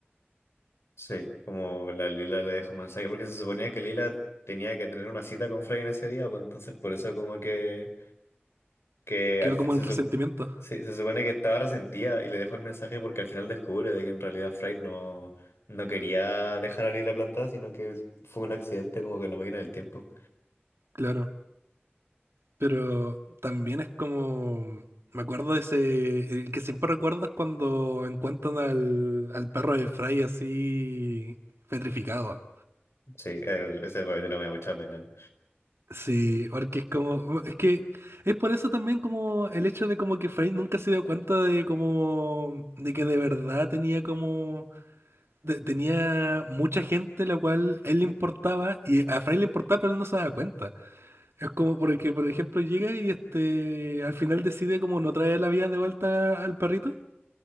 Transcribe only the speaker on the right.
Quedó
como
el resentimiento,
claro. Pero también es como, mm, me acuerdo de ese, el que siempre recuerdas cuando encuentran al, al perro de Fry así petrificado.
Sí, porque es como, es que es por eso también como el hecho de como que Frey nunca se dio cuenta de como, de que de verdad tenía como, de- tenía mucha gente la cual él le importaba y a Frey le importaba pero él no se daba cuenta. Es como porque, por ejemplo, llega y este, al final decide como no traer la vida de vuelta al perrito,